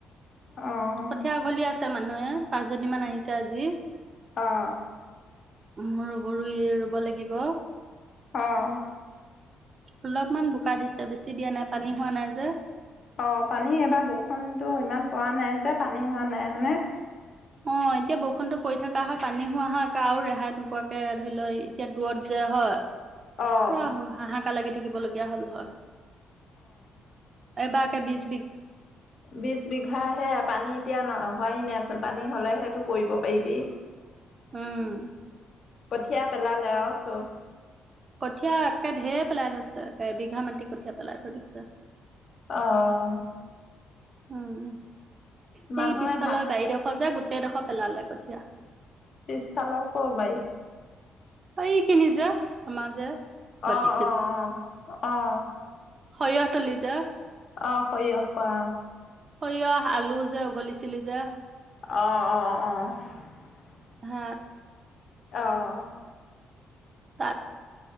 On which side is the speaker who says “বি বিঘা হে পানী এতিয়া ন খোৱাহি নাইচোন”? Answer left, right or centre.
Left